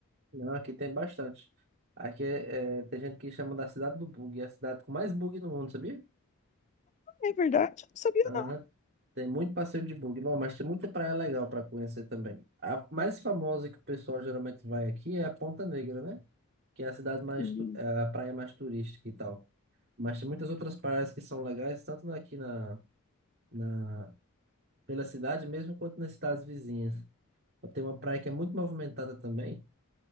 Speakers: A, on the right (about 50°); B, on the left (about 35°).
A: Não, aqui tem bastante. Aqui é, é, tem gente que chama da cidade do bug, é a cidade com mais bug no mundo, sabia?
B: É verdade, eu não sabia
A: Aham.
B: não.
A: Tem muito passeio de bug, Bom, mas tem muita praia legal para conhecer também. A mais famosa que o pessoal geralmente vai aqui é a Ponta Negra, né? Que é a cidade mais,
B: Hum.
A: tu- é a praia mais turística e tal. Mas tem muitas outras praias que são legais, tanto aqui na, na, pela cidade mesmo, quanto nas cidades vizinhas. Tem uma praia que é muito movimentada também,